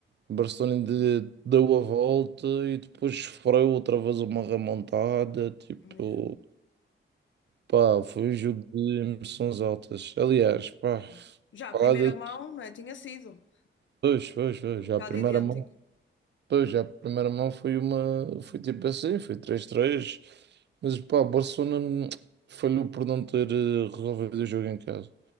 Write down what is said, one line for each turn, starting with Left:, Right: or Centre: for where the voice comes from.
Right: o Barcelona de- deu a volta e depois sofreu outra vez uma remontada, tipo...
Left: Mesmo,
Right: Pá, foi um jogo de emoções altas. Aliás, pá,
Left: mesmo. Já a
Right: falar
Left: primeira
Right: de.
Left: mão, não é? Tinha sido.
Right: Pois, pois, pois,
Left: Foi um
Right: já
Left: bocado
Right: a primeira
Left: idêntico.
Right: mão. Pois, já a primeira mão foi uma. Foi tipo assim, foi três três Mas, pá, o Barcelona hum, falhou por não ter eh, resolvido o jogo em casa.